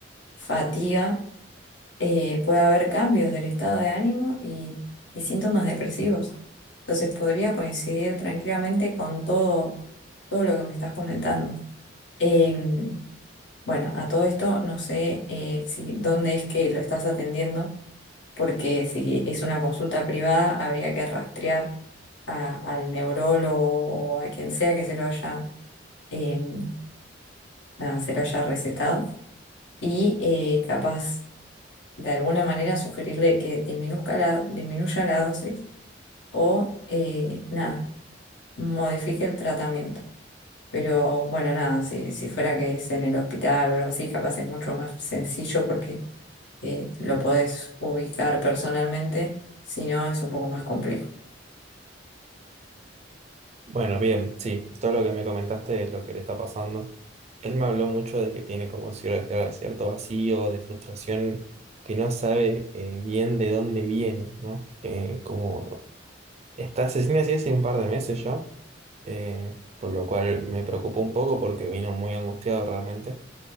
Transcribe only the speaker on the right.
Bueno, bien, sí, todo lo que me comentaste es lo que le está pasando. Él me habló mucho de que tiene como cier- cierto vacío, de frustración, que no sabe eh, bien de dónde viene, ¿no? Eh, como Está Asesina así hace un par de meses ya, eh, por lo cual me preocupó un poco porque vino muy angustiado realmente.